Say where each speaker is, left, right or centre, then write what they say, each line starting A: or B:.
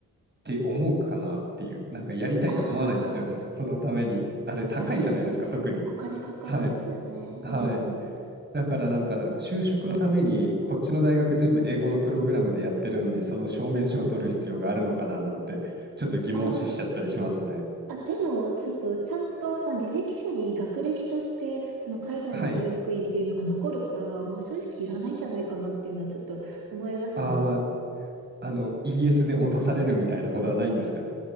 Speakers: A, on the right; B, on the right.
A: って思うかなっていう、なんかやりたいと思わないんですよね。
B: ああ、
A: そのために、あれ高いじゃないですか、
B: まあそうですよね。
A: 特に。
B: お金かかりますよね。
A: はい。はい。
B: うんうん。
A: だからなんか就職のためにこっちの大学全部英語のプログラムでやってるのにその証明書を取る必要があるのかななんてちょっと疑問視しちゃったりしますね。
B: ああ、あ、でも、ちょっと、ちゃんと、その履歴書に学歴として、その海外の大学院っていうのが残るから、
A: はい。
B: まあ正直いらないんじゃないかなっていうのはちょっと思いますね。
A: あー、あの ES で落とされるみたいなことはないんですかね。